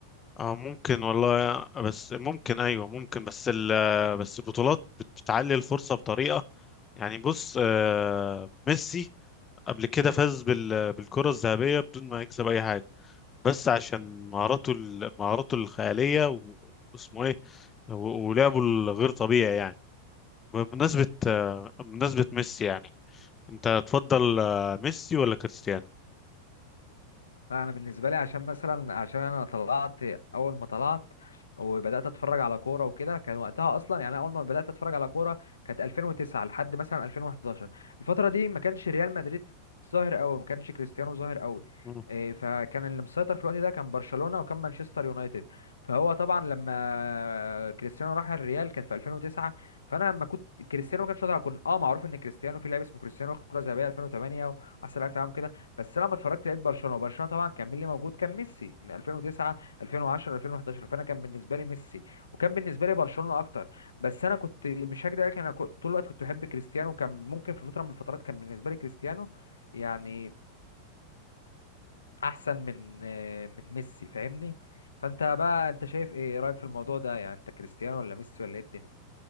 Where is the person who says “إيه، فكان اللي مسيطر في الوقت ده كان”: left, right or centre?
Left